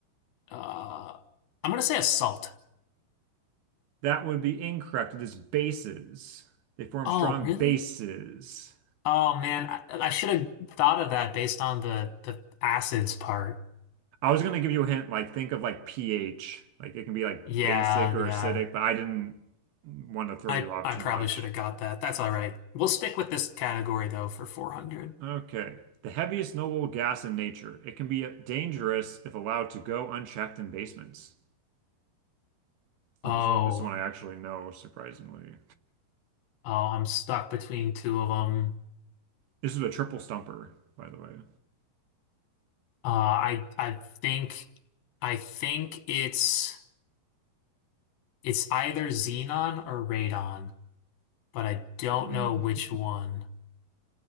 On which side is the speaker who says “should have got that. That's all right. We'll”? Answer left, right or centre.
Left